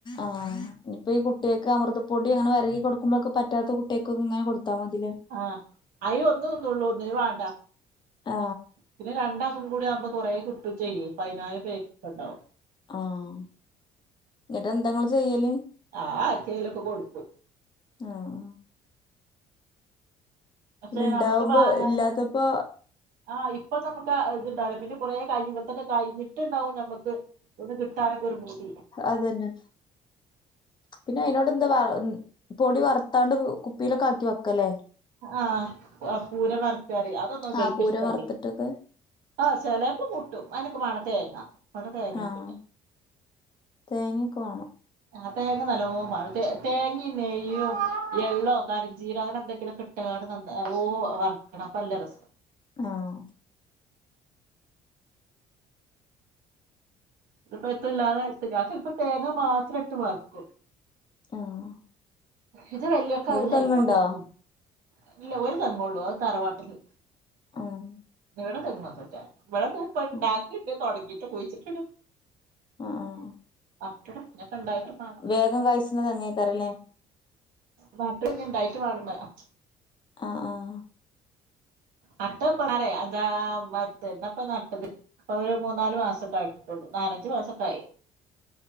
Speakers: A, on the left; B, on the right.
A: ആഹ് ഇപ്പൊ ഈ കുട്ട്യേക്ക് അമൃതപ്പൊടി അങ്ങനെ വരകി കൊടുക്ക്മ്പൊക്കെ പറ്റാത്ത കുട്ട്യേക്കൊക്കെങ്ങനെ കൊട്ത്താ മതിലെ
B: ആഹ് അയ്ന് ഒന്ന് തിന്നൊള്ളൂ ഒന്നിന് വാണ്ട
A: ആ
B: പിന്നെ രണ്ടാക്കും കൂടി ആവുമ്പോ കൊറേ കിട്ടും ചെയ്യേ പൈനാല് പേക്ക്ണ്ടാവും
A: ആഹ് ഇന്നെട്ടെന്ത ഇങ്ങള് ചെയ്യല്
B: ആഹ് ആർക്കേലൊക്കെ കൊടുക്കും
A: ആഹ്
B: പക്ഷേ
A: പിന്നെ ഇണ്ടാവുമ്പോ
B: നമ്മക്ക് വാങ്ങാന്
A: ഇല്ലാത്തപ്പോ
B: ആഹ് ഇപ്പൊ നമക്ക് ഇത്ണ്ടാവൂല പിന്നെ കൊറേ കഴിഞ്ഞ് ഇങ്ങൻത്തൊക്കെ കഴിഞ്ഞ് ട്ട്ണ്ടാവും നമക്ക് ഒന്ന് കിട്ടാനൊക്കെ ഒരു പൂതി
A: അതന്നെ. പിന്നെ അയ്നോട് എന്താ വ ഉം. പൊടി വർത്താണ്ട് കുപ്പീലൊക്കെ ആക്കി വെക്കലെ.
B: ആഹ് ആഹ്. പൂരം വർക്കാറിം. അതൊന്നും ഇവര്ക്ക്
A: ആഹ് പൂരം
B: ഇഷ്ടല്ലെ.
A: വറുത്തിട്ടൊക്കെ
B: ആഹ് ചെലേപ്പം കൂട്ടും. അയ്നൊക്കെ വാണം തേങ്ങ. ഇവിടെ തേങ്ങയൊന്നുല്ല
A: ആഹ്. തേങ്ങൊക്കെ വാണം.
B: ആഹ് തേങ്ങ നല്ലോം വാണം. തേങ്ങിം, നെയ്യും, എള്ളോ, കരഞ്ചീരോ, അങ്ങനെ എന്തെങ്കിലൊക്കെ ഇട്ട് ക്കാണ്ട് നന്ന നല്ലോം വറ്ക്കണം. അപ്പം നല്ല രസാ
A: ആഹ്.
B: ഇതിപ്പെത്തുല്ലാതെ ഇട്ട്ക്കാണ്ട് ചെൽപ്പ തേങ്ങ മാത്രം ഇട്ട് വർക്കും.
A: ആഹ്.
B: ഇത് വല്യൊക്കെ
A: ഇങ്ങക്ക്
B: ചെൽപ്പൊക്കെ
A: തെങ്ങ്ണ്ടോ
B: ഇഷ്ട. <unintelligible> ഇല്ല ഒരു തെങ്ങള്ളൂ അത് തറവാട്ടില്.
A: ആഹ്
B: ഇവിടെ തെങ്ങൊന്നുല്ല. ഇവിടെ ഇപ്പ ഇണ്ടാക്കിണ്ട്.
A: ആഹ്
B: തൊടങ്ങിട്ട് കുഴിച്ചിട്ട്ണ്.
A: ആഹ് ആഹ്
B: അക്ക <unintelligible> ഇണ്ടായിട്ട് മാണം
A: വേഗം കാഴ്ച്ച്ണ തെങ്ങേക്കാരംലെ.
B: നാട്ട് ഇഞ് ഇണ്ടായിട്ട് വാണം പറ്യ.
A: ആഹ്. ആഹ്
B: നട്ടപ്പാറെ. അതാ മത്ത് എന്നപ്പ നട്ടത്. അപ്പൊ ഒരു മൂന്നാല് മാസൊക്കെ ആയിട്ടുള്ളൂ. നാലഞ്ച് മാസൊക്കായി.